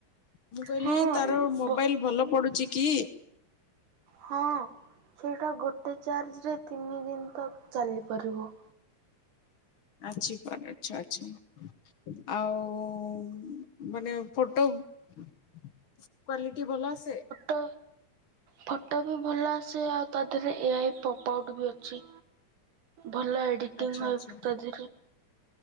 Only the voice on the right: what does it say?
ହଁ
ବ
ହଁ ସେଇଟା ଗୋଟେ ଚାର୍ଜରେ ତିନି ଦିନ ତକ୍ ଚାଲିପାରିବ।
ଟ ଫଟୋ ବି ଭଲ ଆସେ ଆଉ ତା ଧିଏରେ ଏ ଆଇ ପପ୍ ଆଉଟ୍ ବି ଅଛି। ଭଲ ଏଡିଟିଂ
ହଏ
ପ୍ ତାଧିରେ।